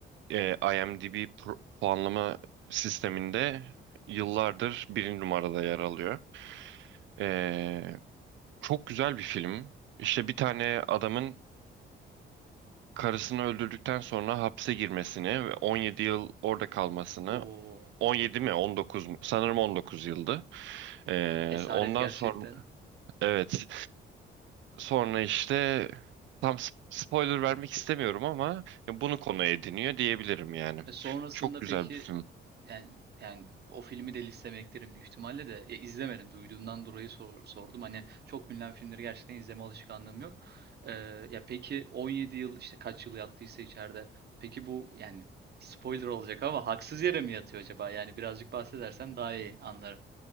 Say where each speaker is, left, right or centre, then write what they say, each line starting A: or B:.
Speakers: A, on the right; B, on the right.
A: e, IMDb pro- puanlama sisteminde yıllardır birinci numarada yer alıyor. Ee, çok güzel bir film. İşte bir tane adamın karısını öldürdükten sonra hapse girmesini ve 17 yıl orada kalmasını
B: O
A: 17 mi 19 mu? Sanırım 19 yıldı. Ee,
B: esaret
A: ondan
B: gerçekten.
A: sonra evet sonra işte tam sp- spoiler vermek istemiyorum ama bunu konu ediniyor diyebilirim yani.
B: E sonrasında
A: Çok güzel
B: peki
A: bir film.
B: Yani yani o filmi de listeme eklerim büyük ihtimalle de. Ya izlemedim duyduğumdan dolayı sor- sordum. Hani çok bilinen filmleri gerçekten izleme alışkanlığım yok. Ee, ya peki 17 yıl işte kaç yıl yattıysa içeride. Peki bu yani spoiler olacak ama haksız yere mi yatıyor acaba? Yani birazcık bahsedersen daha iyi anlarım.